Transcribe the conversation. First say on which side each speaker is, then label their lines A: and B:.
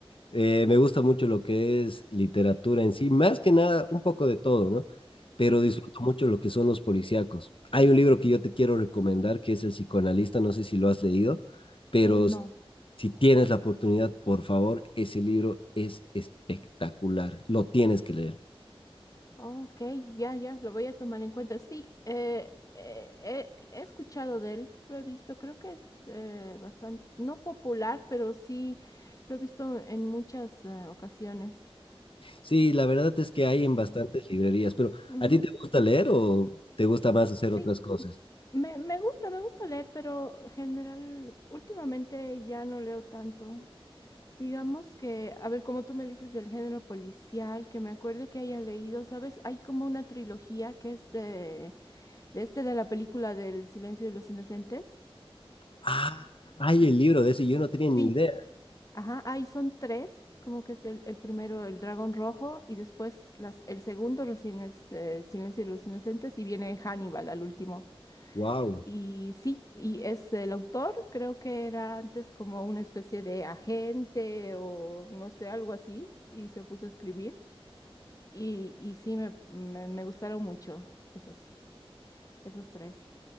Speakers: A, on the left; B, on the left.
A: Eh, me gusta mucho lo que es literatura en sí, más que nada un poco de todo, ¿no? Pero
B: Ujú.
A: disfruto mucho lo que son los policíacos. Hay un libro que yo te quiero recomendar que es El psicoanalista, no sé si lo has leído, pero
B: Eh, no.
A: si si tienes la oportunidad, por favor, ese libro es espectacular, lo tienes que leer.
B: Ok, ya, ya, lo voy a tomar en cuenta. Sí, eh, eh, eh, he escuchado de él, lo he visto, creo que es bastante, no popular, pero sí lo he visto en muchas eh, ocasiones.
A: Sí, la verdad es que hay en
B: Mm.
A: bastantes librerías, pero
B: Ujú.
A: ¿a ti te gusta leer o te gusta más hacer otras
B: Sí,
A: cosas?
B: me, me gusta, me gusta leer, pero general, últimamente ya no leo tanto. Digamos que, a ver, como tú me dices del género policial, que me acuerde que haya leído, ¿sabes? Hay como una trilogía que es... eh, De este de la película del Silencio de los Inocentes.
A: Ah, hay el libro de ese, yo no tenía ni
B: Sí,
A: idea.
B: ajá, ahí son tres, como que es el, el primero el dragón rojo y después las, el segundo recién es eh, El Silencio de los Inocentes y viene Hannibal al último.
A: Wow,
B: Y sí, y es el autor, creo que era antes como una especie de agente o no sé, algo así, y se puso a escribir. Y, y sí, me, me, me gustaron mucho esos, esos tres.